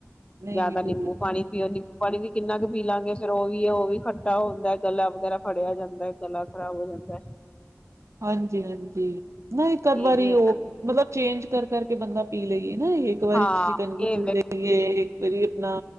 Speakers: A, on the right; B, on the left.
A: ਨਹੀਂ
B: ਜਾਂ
A: ਮਿਟਦੀ
B: ਤਾਂ ਨਿੰਬੂ ਪਾਣੀ ਪੀਓ, ਨਿੰਬੂ ਪਾਣੀ ਵੀ ਕਿੰਨਾ ਕੁ ਪੀ ਲਾਂਗੇ। ਫੇਰ ਉਹ ਵੀ ਹੈ, ਉਹ ਵੀ ਖੱਟਾ ਹੁੰਦਾ ਗਲਾ ਵਗੈਰਾ ਫੜਿਆ ਜਾਂਦਾ, ਗਲਾ ਖ਼ਰਾਬ ਹੋ ਜਾਂਦਾ।
A: ਹਾਂਜੀ ਹਾਂਜੀ। ਨਹੀਂ, ਇੱਕ ਅਧ ਵਾਰੀ
B: ਇਹ ਵੀ
A: ਉਹ
B: ਹੈ ਨਾ
A: ਮਤਲਬ ਚੇਂਜ ਕਰ ਕਰਕੇ ਬੰਦਾ ਪੀ ਲਈਏ। ਨਾ ਇੱਕ ਵਾਰੀ
B: ਹਾਂ
A: ਚ ਸ਼ਿਕੰਜੀ
B: ਇਹ
A: ਪੀ ਲਈਏ, ਇੱਕ ਵਾਰੀ ਆਪਣਾ